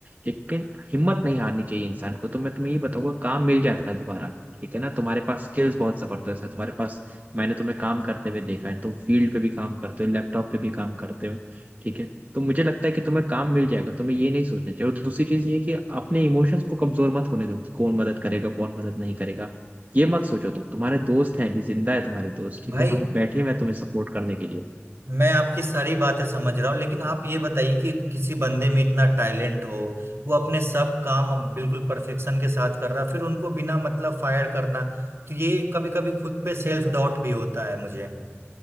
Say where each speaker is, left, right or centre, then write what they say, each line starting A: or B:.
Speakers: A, on the right; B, on the right.
A: लेकिन हिम्मत नहीं हारनी चाहिए इंसान को तो मैं तुम्हें ये बताऊंगा काम मिल जाता है दोबारा ठीक है ना तुम्हारे पास स्किल्स बहुत जबरदस्त है तुम्हारे पास मैंने तुम्हें काम करते हुए देखा है तुम फील्ड पे भी काम करते हो लैपटॉप पे भी काम करते हो ठीक है तो मुझे लगता है कि तुम्हें काम मिल जाएगा तुम्हें ये नहीं सोचना चाहिए और दूसरी चीज ये है कि अपने इमोशंस को कमजोर मत होने दो कौन मदद करेगा कौन मदद नहीं करेगा ये मत सोचो तुम तुम्हारे दोस्त हैं अभी जिंदा है तुम्हारे दोस्त ठीक
B: भाई
A: है हम बैठे हैं मैं तुम्हें सपोर्ट करने के लिए
B: मैं आपकी सारी बातें समझ रहा हूँ लेकिन आप ये बताइए कि किसी बंदे में इतना टैलेंट हो वो अपने सब काम अब बिल्कुल परफेक्शन के साथ कर रहा है फिर उनको बिना मतलब फायर करना तो ये कभी कभी खुद पे सेल्फ डाउट भी होता है मुझे